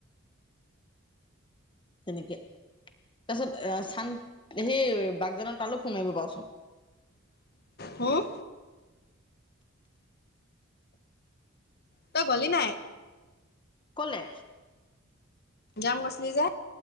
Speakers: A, on the left; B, on the left.
A: তেনেকে। তাৰপিছত এ চান সেই বাগজানক তালো ফোন মাৰিব পাৰচোন।
B: হুম। তই গলি নাই।
A: কলে।
B: যাম কৈছিল যে।